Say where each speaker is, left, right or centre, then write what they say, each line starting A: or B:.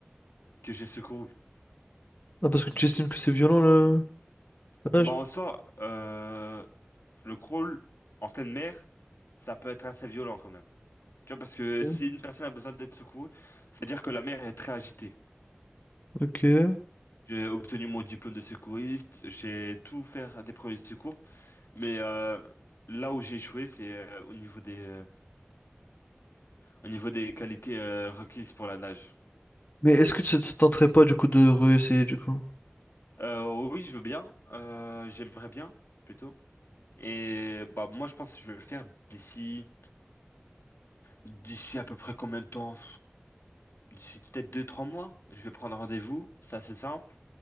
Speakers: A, on the left; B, on the left.
A: que j'ai secourue.
B: Ah, parce que tu estimes que c'est violent, le la
A: Bah,
B: nage?
A: en soi, euh, le crawl en pleine mer, ça peut être assez violent quand même. Tu vois, parce que
B: Ouais.
A: si une personne a besoin d'être secourue, c'est-à-dire que la mer est très agitée.
B: Ok.
A: J'ai obtenu mon diplôme de secouriste, j'ai tout fait des premiers secours, mais euh, là où j'ai échoué, c'est euh, au niveau des, euh, Au niveau des qualités euh, requises pour la nage.
B: Mais est-ce que ça ça te tenterait pas, du coup, de réessayer, du coup?
A: Euh, oui, je veux bien. Euh, j'aimerais bien, plutôt. Et bah moi, je pense que je vais le faire d'ici, d'ici à peu près combien de temps? D'ici peut-être deux, trois mois. Je vais prendre rendez-vous. Ça, c'est simple.